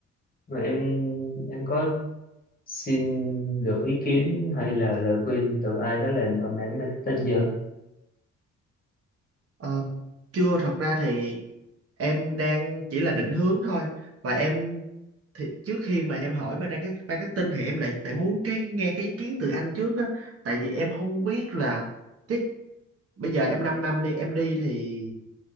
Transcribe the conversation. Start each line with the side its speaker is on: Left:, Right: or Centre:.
Left: Và em em có xin được ý kiến hay là lời khuyên từ ai đó làm ở mảng marketing giờ
Right: Ờ, chưa thật ra thì em đang chỉ là định hướng thôi và em thì trước khi mà em hỏi bên đây cái marketing thì em lại tại muốn cái nghe cái ý kiến từ anh trước á tại vì em không biết là cái bây giờ em 5 năm đi em đi thì